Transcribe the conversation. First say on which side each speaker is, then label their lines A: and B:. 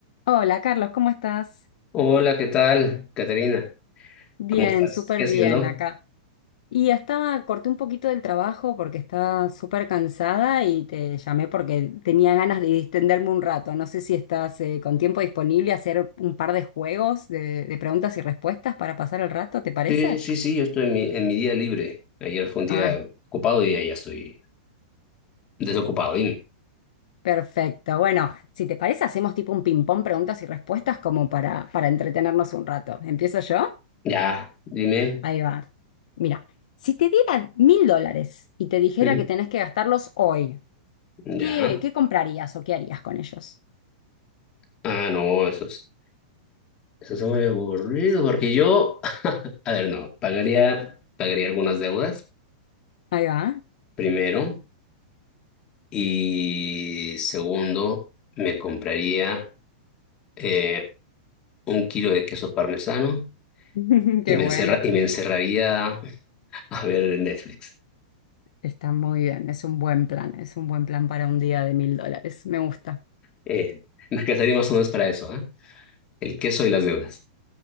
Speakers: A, on the left; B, on the left.
A: Hola Carlos, ¿cómo estás?
B: Hola, ¿qué tal, Caterina?
A: Bien,
B: ¿Cómo estás?
A: súper
B: ¿Qué haciendo?
A: bien acá. Y estaba, corté un poquito del trabajo porque estaba súper cansada y te llamé porque tenía ganas de distenderme un rato. No sé si estás eh, con tiempo disponible a hacer un par de juegos de, de preguntas y respuestas para pasar el rato, ¿te parece?
B: Sí, sí, sí, yo estoy en mi, en mi día libre. Ayer fue un día
A: Ah,
B: ocupado y ya ya estoy desocupado, dime.
A: perfecto. Bueno, si te parece, hacemos tipo un ping-pong preguntas y respuestas como para, para entretenernos un rato. ¿Empiezo yo?
B: Ya, dime.
A: Ahí va. Mira, si te dieran mil dólares y te dijera
B: ¿Mm?
A: que tenés que gastarlos hoy,
B: Ya.
A: ¿qué, qué comprarías o qué harías con ellos?
B: Ah, no, eso es, eso es muy aburrido porque yo, <laughs> a ver, no, pagaría, pagaría algunas deudas,
A: Ahí va.
B: primero, y segundo, me compraría eh, un kilo de queso parmesano
A: <laughs>
B: y
A: Qué
B: me
A: buena.
B: encerra, y me encerraría a ver Netflix.
A: Está muy bien, es un buen plan, es un buen plan para un día de mil dólares. Me gusta.
B: Eh, me casaría más o menos para eso, ¿eh? El queso y las deudas.